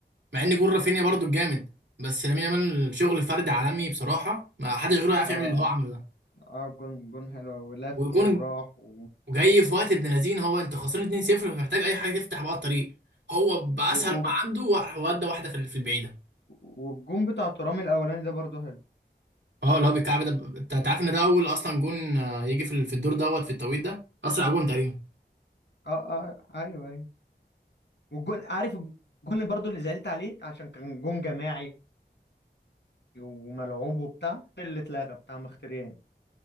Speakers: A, on the right; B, on the left.
A: مع ان جون رافينيا برضو الجامد بس لامين يامال شغل فرد عالمي بصراحه ما حدش غيره يعرف يعمل
B: اه
A: اللي هو عمله ده
B: اه جون جون حلو ولف
A: وجون
B: وراح و...
A: جاي في وقت ابن لذين هو انت خسران 2-0 فمحتاج اي حاجه تفتح بقى الطريق هو باسهل
B: و... و...
A: ما عنده وراح ودى واحده في ال- في البعيده
B: والجون بتاع ترام الاولاني ده برضو حلو
A: اه اللي هو بالكعب ده ب- انت أنت عارف ان ده اول اصلا جون آه، يجي في ال- في الدور دوت في التوقيت ده اسرع جون تقريبا
B: اه اه ايوه ايوه والجون عارف الجون برضو اللي زعلت عليه عشان كان جون جماعي وملعوب وبتاع اللي اتلغى بتاع مختريان